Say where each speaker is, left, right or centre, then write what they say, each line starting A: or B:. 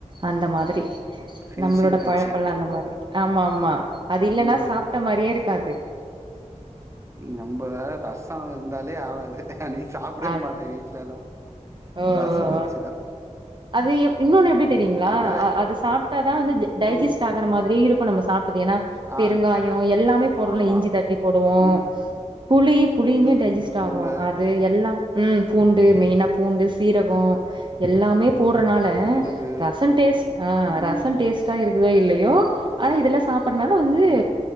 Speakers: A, on the right (about 40°); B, on the right (about 20°).
A: அந்த மாதிரி
B: ஃபினிஷிங்
A: நம்மளோட
B: டச்சு
A: பழக்கோலா அந்த மாரி ஆமா ஆமா அது இல்லன்னா
B: ம்
A: சாப்ட மாரியே இருக்காது
B: நம்மளா ரசோ இருந்தாலே ஆவாது அன்னிக்கி சாப்டவே
A: அ
B: மாட்டே வீட்லலா
A: ஓ
B: ரசோ
A: ஓ
B: ரிச்சுதா
A: ஓ அது இன்னொன்னு எப்டி
B: ம்
A: தெரியுங்களா
B: அதனால
A: அ அது சாப்டாதா வந்து டைஜெஸ்ட்
B: ம்
A: ஆகுற மாதிரியே இருக்கு நம்ம சாப்டது ஏன்னா
B: ஆ
A: பெருங்காயோ எல்லாமே போட்ரோல
B: ஆமா
A: இஞ்சி தட்டி போடுவோ
B: ம்
A: புளி புளியுமே
B: ம்
A: டைஜெஸ்ட்
B: பூண்டு
A: ஆகு அ வந்து எல்லாம் ம் பூண்டு மெயினா
B: ம்
A: பூண்டு சீரகோ எல்லாமே போட்றனால
B: மிளகு
A: ரசோ டேஸ்ட் ஆ
B: ம்
A: ரசோ டேஸ்ட் டா இருக்குதோ இல்லையோ ஆனா இதெல்லா சாப் பன்னால வந்து
B: ம்